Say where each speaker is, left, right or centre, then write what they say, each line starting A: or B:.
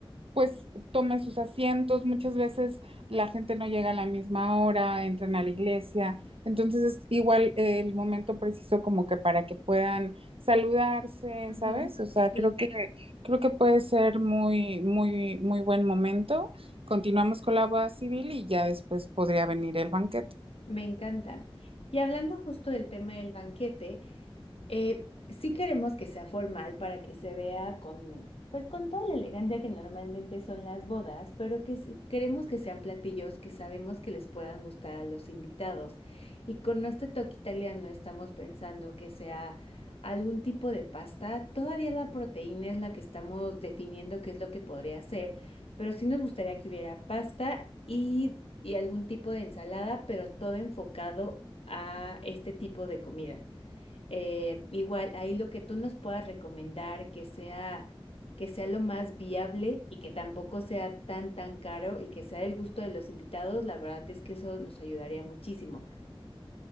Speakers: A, on the right; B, on the left.
A: pues tome sus asientos. Muchas veces la gente no llega a la misma hora, entran a la iglesia. Entonces es igual eh, el momento preciso como que para que puedan saludarse,
B: Ujú.
A: ¿sabes? O sea,
B: Sí,
A: creo que Creo que puede ser muy, muy, muy buen momento. Continuamos con la boda civil y ya después podría venir el banquete.
B: me encanta. Y hablando justo del tema del banquete, Eh, sí queremos que sea formal para que se vea con, pues con toda la elegancia que normalmente son las bodas, pero que s- queremos que sean platillos que sabemos que les puedan gustar a los invitados. Y con nuestro toque italiano estamos pensando que sea algún tipo de pasta. Todavía la proteína es la que estamos definiendo qué es lo que podría ser, pero sí nos gustaría que hubiera pasta y, y algún tipo de ensalada, pero todo enfocado a este tipo de comida. Eh, igual, ahí lo que tú nos puedas recomendar que sea, que sea lo más viable y que tampoco sea tan, tan caro y que sea del gusto de los invitados, la verdad es que eso nos ayudaría muchísimo.